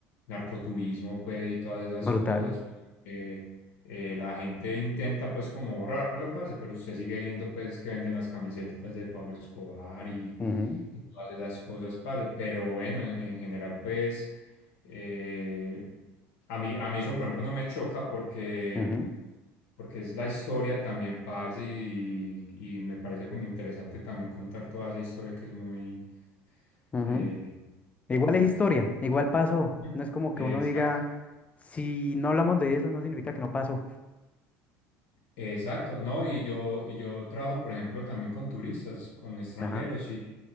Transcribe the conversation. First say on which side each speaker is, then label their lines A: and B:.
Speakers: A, on the left (about 80°); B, on the left (about 20°).
A: narcoturismo pues y todas esas
B: Brutal.
A: cosas, pues, que eh, la gente intenta pues como borrarlo, parce, pero usted sigue viendo pues que venden las camisetas de Pablo Escobar y,
B: ujú,
A: y todas esas cosas, parce. Pero bueno, en, en general pues eh, a mí, a mí eso por ejemplo no me choca porque,
B: ujú,
A: porque es la historia también, parce, y, y me parece como interesante también contar toda esa historia que es muy
B: ujú.
A: eh,
B: Igual
A: complicada.
B: es historia, igual pasó.
A: Ujú.
B: No es como
A: Exacto.
B: que uno diga, si no hablamos de eso, no significa que no pasó.
A: Exacto, no, y yo, y yo trabajo, por ejemplo, también con turistas, con extranjeros,
B: Ajá.
A: y,